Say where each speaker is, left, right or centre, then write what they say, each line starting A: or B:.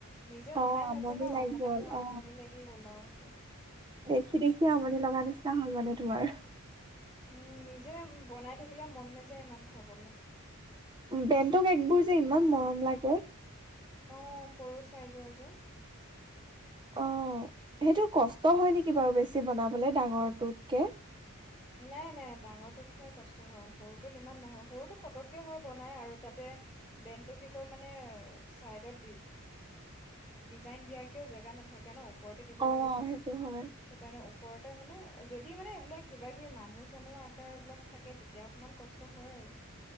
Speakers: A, in the centre; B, on the right (about 20°).
A: নিজে বনাই
B: অ
A: থাকো
B: আমনি
A: ন
B: লাগি
A: মানে
B: গ'ল
A: মোৰ আমনি
B: অ
A: লাগি গল আও কে
B: দেখি দেখি আমনি লগা নিচিনা হল মানে তোমাৰ
A: উম নিজে বনাই থাকিলে মন নাযায় ইমান খাবলে
B: বেণ্টৰ কেকবোৰ যে ইমান মৰম লাগে
A: অহ সৰু চাইজৰ যে
B: অ সেইটো কষ্ট হয় নেকি বাৰু বেছি বনাবলে ডাঙৰটোতকে
A: নাই নাই ডাঙৰটোতহে কষ্ট হয় সৰুটো ইমান নহয় সৰুটো পতককে হয় বনাই আৰু তাতে বেণ্ডটো কি কয় মানে চাইডত ডিজাইন দিয়াকেও জেগা নাথাকে ন ওপৰতে দিব
B: অ
A: লাগে যে
B: সেইটো হয়।
A: তো কাৰণে ওপৰতে মানে যদি মানে এইবিলাক কিবা কিবি মানুহ চানুহ আকা এইবিলাক থাকে তেতিয়া অকমান কষ্ট হয় আৰু